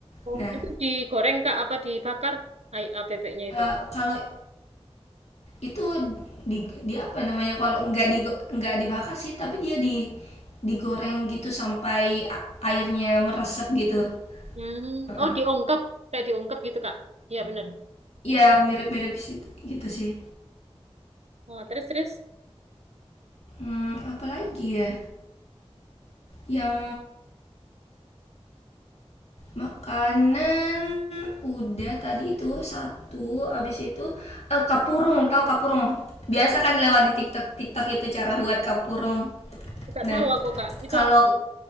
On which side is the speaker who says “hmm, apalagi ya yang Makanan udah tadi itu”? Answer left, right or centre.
Left